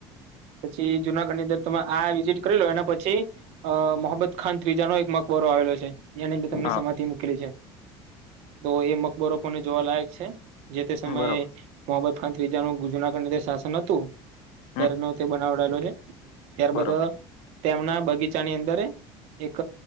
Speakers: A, on the right (about 65°); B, on the left (about 65°).
A: પછી જુનાગઢ ની અંદર તમે આ વિઝિટ કરી લો એના પછી અ મોહમ્મદ ખાન ત્રીજાનોો એક મકબરો આવેલો છે જેની અંદર તમની
B: હા
A: સમાધિ મૂકેલી છે તો એ મકબરો પણને જોવા લયક છે જે તે સમયે
B: બરોબર
A: મોહમ્મદ ખાન ત્રીજા નું ગુજના ખંડ શાસન હતું ત્યારે
B: હમ
A: બનાવડાયેલો છે ત્યારબદ
B: બરોબર
A: તેમના બગીચાની અંદર એક